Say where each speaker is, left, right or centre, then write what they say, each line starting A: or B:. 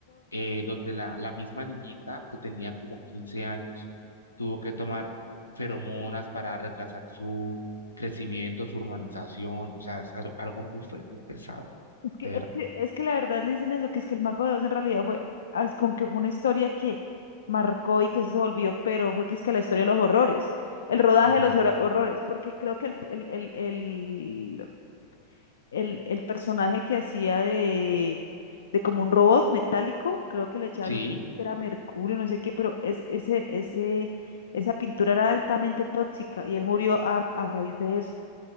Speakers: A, on the left (about 80°); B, on the left (about 65°).
A: eh, donde la, la misma niñita que tenía como 15 años tuvo que tomar feromonas para retrasar su crecimiento, su urbanización, o sea, es algo algo muy, fue- muy pesado,
B: Es que,
A: de verdad.
B: es que, es que la verdad le dicen eso, que es que el Mago de Oz en realidad fue, as- con que fue una historia que marcó y que eso se volvió, pero fue que es que la historia de los horrores, el rodaje
A: Ujú.
B: de los hora- horrores, porque creo que el, el, el, el, el, el personaje que hacía de, de como un robot metálico, creo que le echaban,
A: Sí,
B: que era mercurio, no sé qué, pero es, ese, ese, esa pintura era altamente tóxica y él murió a, a raíz de eso